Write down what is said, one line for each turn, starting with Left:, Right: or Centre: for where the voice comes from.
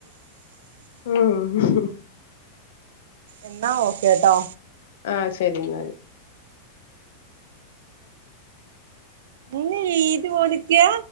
Left: ഉം
Right: എന്നാ ഓക്കേ ട്ടോ
Left: ആഹ് ശെരിന്നാ
Right: പിന്നെഇത് ഓടിക്യാ